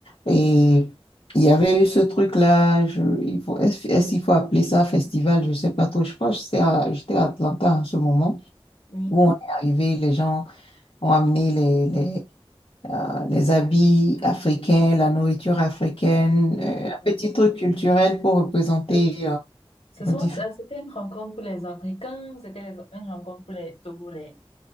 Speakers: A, on the left; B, on the left.
A: Et il y avait eu ce truc-là. je- il faut, est-ce, est-ce qu'il faut appeler ça festival? Je ne sais pas trop. Je crois que j'étais à, j'étais à Atlanta en ce moment
B: oui,
A: où on est arrivé. Les gens ont amené les, les, euh, les habits africains, la nourriture africaine,
B: oui,
A: euh,
B: je
A: un
B: vois.
A: petit truc culturel pour représenter,
B: Ce,
A: euh,
B: ce sont,
A: nos différences
B: euh, c'était une rencontre pour les Africains ou c'était les- une rencontre pour les Togolais?